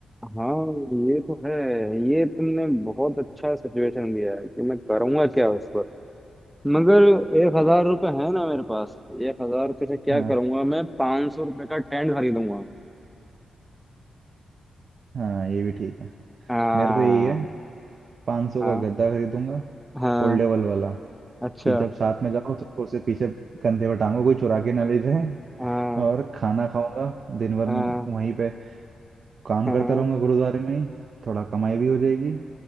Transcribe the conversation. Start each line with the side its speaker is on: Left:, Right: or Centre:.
Centre: हाँ ये तो है ये तुमने बहुत अच्छा सिचुएशन दिया है कि मैं करूंगा क्या उस पर मगर एक हजार रुपये है ना मेरे पास एक हजार रुपये से क्या
Right: हाँ
Centre: करूंगा मैं पाँच सौ रुपये का टेंट खरीदूंगा
Right: हाँ ये भी ठीक है
Centre: हाँ
Right: मेरा तो यही है 500 सौ
Centre: हाँ
Right: का गद्दा खरीदूंगा
Centre: हाँ
Right: फोल्डेबल वाला
Centre: अच्छा
Right: कि जब साथ में जाओ तो उसे पीछे कंधे पर टांगो कोई चुरा के ना ले जाए
Centre: हाँ
Right: और खाना खाऊंगा दिन भर
Centre: हाँ
Right: वहीं पे काम
Centre: हाँ
Right: करता
Centre: हाँ
Right: रहूंगा गुरुद्वारे में ही थोड़ा कमाई भी हो जाएगी